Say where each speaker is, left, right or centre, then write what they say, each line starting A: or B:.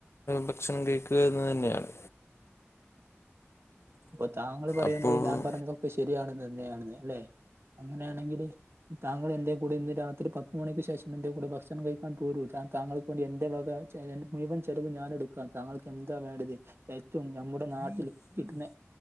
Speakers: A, on the left; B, on the right.
A: ഭക്ഷണം കഴിക്കുകഎന്നത് തന്നെയാണ്
B: അപ്പൊ താങ്കൾ പറയുന്നത്
A: അപ്പോൾ
B: ഞാൻ പറഞ്ഞതൊക്കെ ശരിയാണെന്ന് തന്നെയാണെന്ന് അല്ലെ അങ്ങനെയാണെങ്കില് താങ്കൾ എന്റെയും കൂടെ ഇന്ന് രാത്രി പ ഒമ്പത് മണിക്ക് ശേഷം എന്റെ കൂടെ ഭക്ഷണം കഴിക്കാൻ പോലൂ താ താങ്കൾക്ക് വേ എന്റെ വക മുഴുവൻ ചിലവ് ഞാനെടുക്കും താങ്കൾക്ക് എന്താ വേണ്ടത് ഏറ്റവും നമ്മുടെ നാട്ടിൽ കിട്ടുന്നപിന്നെ